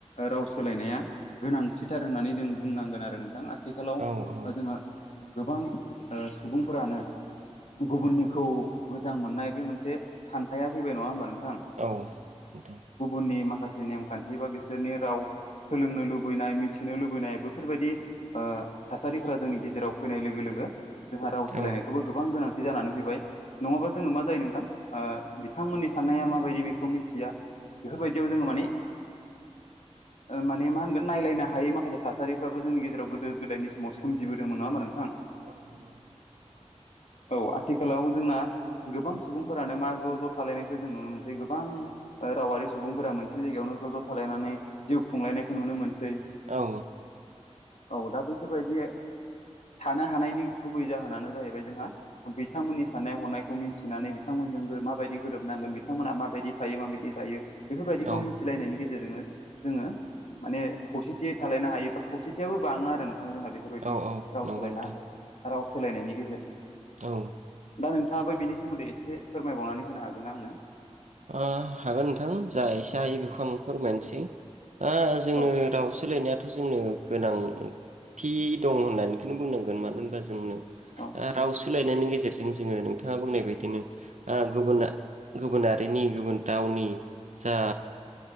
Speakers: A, on the left; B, on the right.
A: राव सोलायनाया गोनांथिथार होननानै जों बुंनांगोन आरो नोंथां आथि आथिखालाव
B: औ औ
A: जोंहा गोबां सुबुंफोरानो गुबुननिखौ मोजां मोननाय बे मोनसे सानथाया फैबाय नङा होमबा नोंथां बा
B: औ नोंथां
A: गुबुननि माखासे माखासे नेमखान्थि बा बिसोरनि राव सोलोंनो लुबैनाय मिथिनो लुबैनाय बेफोरबायदि थासारिफोरा जोंनि गेजेराव फैनाय लोगो लोगो जोंहा राव सोलायनायखौबो
B: औ
A: गोबां गोनांथि जानानै फैबाय नङाबा
B: औ
A: जोङो मा जायो नोंथां बिथांमोननि साननाया माबायदि बेखौ मिथिया बेफोरबायदियाव जोङो
B: औ
A: माने माने मा होनगोन नायलायनो हायै माखासे थासारिफ्राबो जोंनि गेजेराव गोदो गोदायनि समावसो सोमिबोदों नङा होमबा नोंथां
B: <unintelligible>
A: <unintelligible> औ आथिखालाव जोंना गोबां सुबुंफोरानो मा ज' ज' थालायनायखौ जों नुनो मोनसै गोबां रावारि सुबुंफोरा मोनसे जायगायावनो ज' ज' थालायनानै जिउ खुंलायनायखौ नुनो मोनसै
B: औ
A: औ दा बैफोरबायदि थानो हानायनि गुबै जाहोनानो जाहैबाय जोंहा बिथांमोननि साननाय हनायखौ मिन्थिनानै बिथांमोनजों माबायदि गोरोबनांगोन बिथांमोना माबायदि थायो माबायदि जायो बेफोरबायदिखौ
B: औ
A: मिथिनायनि गेजेर रजोंनो जोङो माने खौसेथियै थालायनो हायो बा खौसेथियाबो बाङो आरो नों थां जोंहा बेफोरबायदि
B: अ
A: राव
B: नंगौ
A: सोलायना
B: नोंथां।
A: राव सोलायनायनि गेजेरजों।
B: औ।
A: दा नोंथाङाबो बेनि सोमोन्दै एसे फोरमायबावनानै होनो हागोन ना आंनो?
B: ओ हागोन नोंथां। जा एसे हायो बेखौ आं फोरमायनसै। आ जोंनो
A: औ
B: राव सालायनाया थ' जोंनो गोनांथि दं होननानैखौनो बुंनांगोन मानो होनबा जोंनो
A: औ
B: आ राव सोलायनायनि गेजेरजों जोङो नोंथाङा बुंनाय बायदिनो आ गुबुना गुबुना हारिनि गुबुन रावनि जा